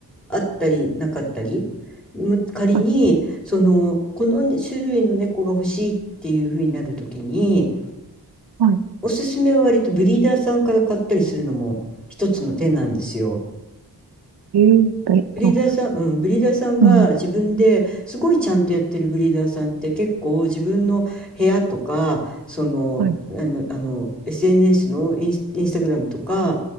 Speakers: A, in the centre; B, on the right.
A: あったり、なかったり、む仮に、
B: あ、
A: その、この種類の猫が欲しいっていうふうになるときに、
B: はい。
A: おすすめは割とブリーダーさんから買ったりするのも一つの手なんですよ。
B: えーと、
A: ブリーダーさん、
B: あ、
A: うん、ブリーダーさんが自分ですごいちゃんとやってるブリーダーさんって結構自分の部屋とか、
B: うん。
A: その、
B: はい。
A: あの、あの SNS のインス、インスタグラムとか